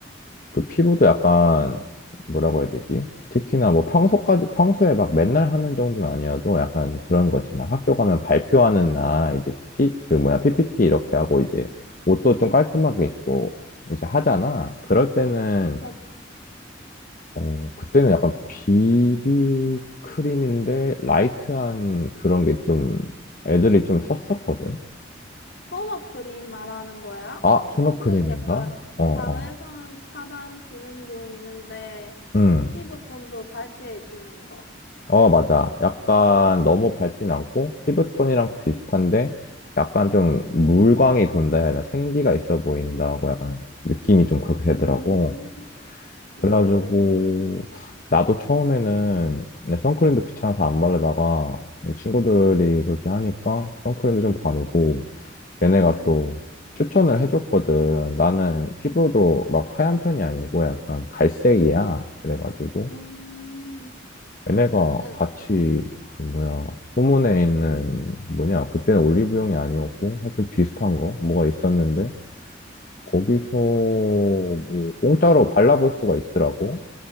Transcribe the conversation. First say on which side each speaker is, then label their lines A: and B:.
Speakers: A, on the left (about 45°); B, on the left (about 70°).
A: 그 피부도 약간 뭐라고 해야 되지? 특히나 뭐 평소까지 평소에 막 맨날 하는 정도는 아니어도 약간 그런 거 있잖아. 학교 가면 발표하는 날 이제 피 그 뭐야
B: 응.
A: PPT 이렇게 하고 이제 옷도 좀 깔끔하게 입고 이제 하잖아. 그럴 때는
B: 너
A: 어 그때는 약간 비비 크림인데 라이트한 그런 게 좀 애들이 좀 썼었거든.
B: 톤업 크림 말하는 거야?
A: 아, 톤업
B: 선크
A: 크림인가?
B: 약간
A: 어, 어.
B: 자외선 차단 기능도 있는데
A: 음.
B: 피부톤도 밝게 해주는 거.
A: 어, 맞아. 약간 너무 밝진 않고 피부톤이랑 비슷한데 약간 좀 물광이 돈다 해야 하나 생기가 있어 보인다고 약간 느낌이 좀 그렇게 되더라고.
B: 음, 오,
A: 그래가지고 나도 처음에는 내 선크림도 귀찮아서 안 바르다가 이 친구들이 그렇게 하니까 선크림도 좀 바르고 걔네가
B: 응,
A: 또 추천을 해줬거든. 나는 피부도 막 하얀 편이 아니고 약간 갈색이야. 그래가지고
B: 음.
A: 얘네가
B: 응.
A: 같이 그 뭐야 후문에 있는 뭐냐 그때는 올리브영이 아니었고 하여튼 비슷한 거 뭐가 있었는데 거기서 뭐 공짜로 발라볼 수가 있더라고